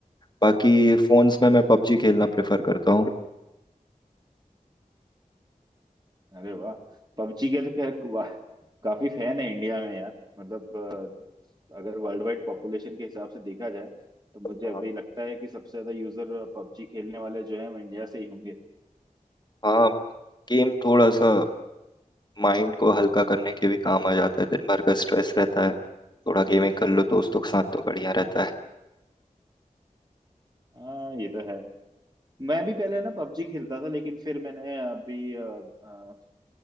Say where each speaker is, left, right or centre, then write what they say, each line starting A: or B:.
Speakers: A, on the left (about 30°); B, on the right (about 30°).
A: बाकी फोन्स में मैं पबजी खेलना प्रेफर करता हूँ
B: अरे वाह पबजी के तो खैर वाह, काफी फैन है इंडिया में यार मतलब अ, अगर वर्ल्ड वाइड पॉपुलेशन के हिसाब से देखा जाए तो मुझे
A: हाँ
B: अभी लगता है कि सबसे ज्यादा यूजर पबजी खेलने वाले जो है वो इंडिया से ही होंगे
A: हाँ, गेम थोड़ा सा माइंड को हल्का करने के भी काम आ जाता है दिन भर का स्ट्रेस रहता है थोड़ा गेमिंग कर लो दोस्तों के साथ तो बढ़िया रहता है
B: हाँ ये तो है मैं भी पहले ना पबजी खेलता था लेकिन फिर मैंने अभी अ, अ,